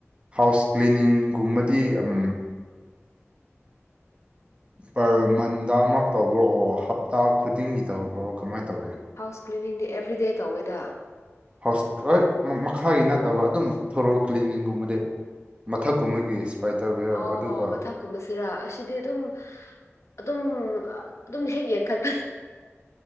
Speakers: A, on the right (about 25°); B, on the left (about 75°).
A: ꯍꯥꯎꯁ
B: ꯎꯝ
A: ꯀ꯭ꯂꯤꯅꯤꯡꯒꯨꯝꯕꯗꯤ ꯑꯝ ꯄꯔ ꯃꯟꯗꯃꯛ ꯇꯧꯕ꯭ꯔꯣꯑꯣ ꯍꯞꯇꯥ ꯈꯨꯗꯤꯡꯒꯤ ꯇꯧꯕ꯭ꯔꯣ ꯀꯃꯥꯏ ꯇꯧꯒꯦ
B: ꯍꯥꯎꯁ ꯀ꯭ꯂꯤꯅꯤꯡꯗꯤ ꯑꯦꯕ꯭ꯔꯤꯗꯦ ꯇꯧꯋꯦꯗ
A: ꯍꯥꯎꯁ ꯍꯣꯏ ꯃꯈꯥꯒꯤ ꯅꯠꯇꯕ ꯑꯗꯨꯝ ꯊꯣꯔꯣꯜ ꯀ꯭ꯂꯤꯅꯤꯡꯒꯨꯝꯕꯗꯤ ꯃꯊꯛꯀꯨꯝꯕꯒꯤ ꯏꯁꯄꯥꯏꯗꯔ ꯋꯦꯌꯔ
B: ꯑꯣ
A: ꯑꯗꯨꯒ
B: ꯃꯊꯛ ꯀꯨꯝꯕꯁꯤꯔꯥ ꯑꯁꯤꯗꯤ ꯑꯗꯨꯝ ꯑꯗꯨꯝ ꯑꯗꯨꯝ ꯍꯦꯛ ꯌꯦꯡꯈꯠ